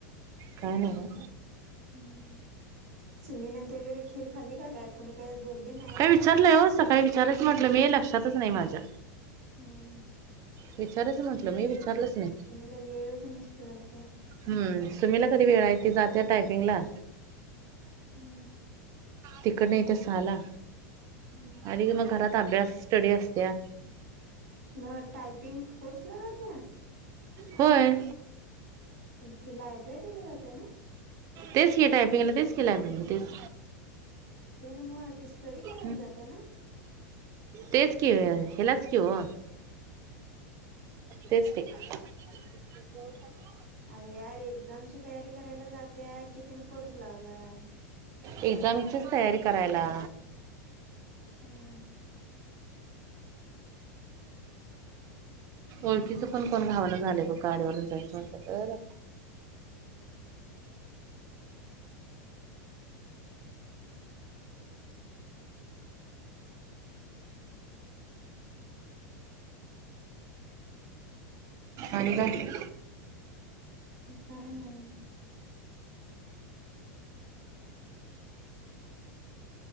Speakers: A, on the right; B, on the right.
A: काय नाहि ओ.
B: हमं! सुमीनंतर वगैरे खीर खाल्ली का काय कोणी काही बोलली नाहीत.
A: काय विचारलंय हो
B: सुमडी
A: सकाळी विचारायचं
B: काय
A: म्हटलं मी लक्षातच नाही माझ्या.
B: हम्म.
A: विचारायचं म्हटलं
B: सु्मी
A: मी विचारलंच नाही
B: सुमीला वेळच नसतेय वाटतो.
A: हम्म. सुमीला कधी वेळय. ती जाते टायपिंग ला.
B: हम्म
A: तिकडं न येतीय सहाला.
B: हम्म
A: आली की मग घरात अभ्यास. स्टडी असतेया.
B: न टायपिंग कोर्सला जातेया.
A: होय.
B: ती लायब्ररीला जाते ना.
A: तेच की टायपिंगला तेच की लायब्ररी ला तेच.
B: ते नव्ह. ती स्टडी करायला
A: हं.
B: जाते ना.
A: तेच की, ह्यालाच की ओ. तेच ते. <unintelligible>
B: अरे यारे एक्झामची तयारी करायला जातेया. की तिने कोर्स लावलाय.
A: एक्झामचीच तयारी करायला.
B: हम्म.
A: ओळखीच
B: हम्म
A: पण कोण घावणं झालं बघ. गाडीवरून जायचं म्हटलं तर. आणि काय?
B: काय नाय.